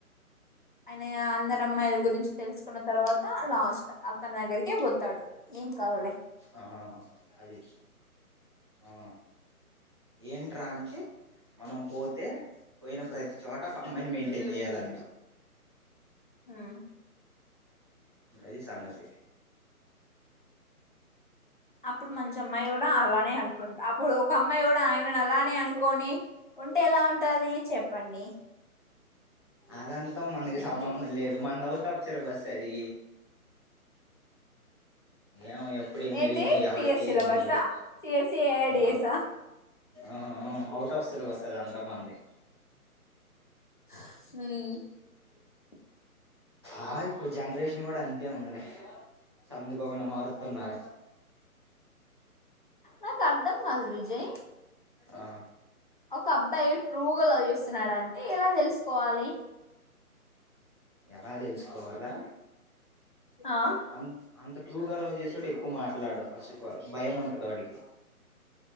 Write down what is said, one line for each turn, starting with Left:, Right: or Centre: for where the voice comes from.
Left: అని అందరు అమ్మాయిల గురించి తెలుసుకున్న తర్వాత లాస్ట్ అతని దగ్గరికే పొతాడు ఏం కావాలే
Right: ఆ అది ఆ ఏంట్రా అంటే మనం పోతే పోయిన ప్రతి చోట ఒక అమ్మాయిని మెయింటైన్ చేయాలంట.
Left: ఆ
Right: గది సంగతి
Left: అప్పుడు మంచి అమ్మాయి కూడా అలానే అనుకుంట అప్పుడు ఒక అమ్మాయి కూడా ఆయనను అలానే అనుకొని ఉంటే ఎలా ఉంటది చెప్పండి
Right: అదంతా మనకి
Left: అది
Right: సంబంధం లేదు మంది ఔట్ ఔటప్ సిలబస్ అది ఏమో ఎప్పుడు ఏం
Left: ఏంది
Right: జరిగిద్దో ఎవడికి
Left: పిఎస్సి
Right: ఏం
Left: ల పర్సా
Right: తెలీదు
Left: సిఎస్సిడిఎస్
Right: ఆ ఆ అవుట్ ఆఫ్ సిలబస్ అది అంత మనది
Left: హుమ్
Right: ఆ ఇప్పుడు జనరేషన్ కూడా అంతే ఉందలే అందుకు పోకుండా మారుతన్నారు
Left: నాకు అర్ధం కాదు విజయ్
Right: అ ఆ
Left: ఒక అబ్బాయి ట్రూగ లవ్ చేస్తున్నాడంటే ఎలా తెలుసుకోవాలి
Right: ఎలా తెలుసుకోవాలా
Left: ఆ
Right: అన్ అంత ట్రూగ లవ్ సుడు ఎక్కువ మాట్లాడు ఫస్ట్ ఆఫ్ ఆల్ భయం కదా వాడికి నాక్